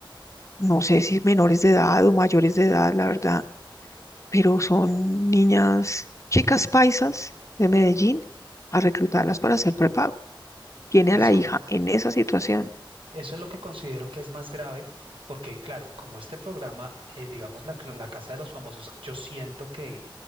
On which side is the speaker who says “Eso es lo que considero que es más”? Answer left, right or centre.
Right